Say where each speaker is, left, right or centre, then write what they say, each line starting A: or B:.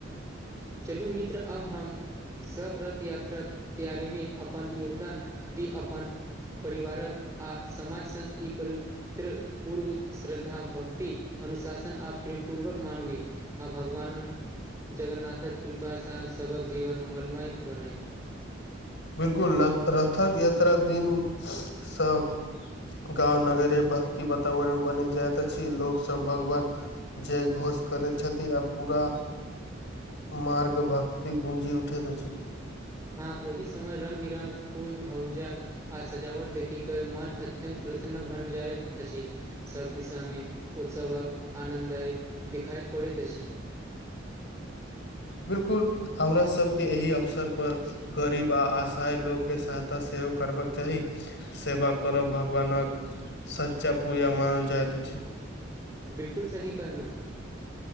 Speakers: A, on the right; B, on the left.
A: चलू मित्र आब हम सब रथ यात्राक तैयारी मे अपन योगदान दी अपन परिवारक आ समाज सङ्ग ई परि पूर्व श्रद्धा भक्ति अनुशासन आ प्रेम पूर्वक मानवी आ भगवान जगन्नाथक कृपासँ सबक जीवन मङ्गलमय बनै
B: बिलकुल र रथक यात्रा दिन सब गाँव नगरे भक्ति वातावरण बनि जाइत अछि लोकसभ भगवान जय घोष करैत छथि आ पूरा मार्ग भगती गूंजी उठैत अछि
A: हँ ओहि समय रंग बिरङ्ंग फूल धौजा आ सजावट देखिक के मन अत्यन्त प्रसन्न बन जाइत अछि सभ दिशामे उत्सवक आनन्द आय देख़ाइत पड़ैत अछि
B: बिलकुल हमरासभके एहि अवसरपर गरीब आ असहाय लोक के सहायता सेहो करबाक चाही सेवा करब भगवानक सच्चा पूजा मानल जाइत अछि
A: बिलकुल सही कहलू